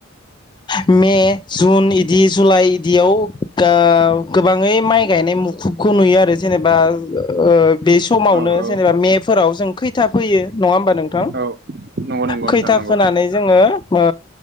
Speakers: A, on the left; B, on the right.
A: मे, जुन बिदि जुलाइ बिदियाव ओ गोबाङै माइ गायनाय मुखुबखौ नुयो आरो जेनेबा ओ बे समावनो
B: औ औ
A: जेनेबा मेफोराव जों खैथा फैयो नङा होमबा नोंथां?
B: औ नंगौ नंगौ
A: खैथा
B: नोंथां नंगौ
A: फोनानै जोङो ओ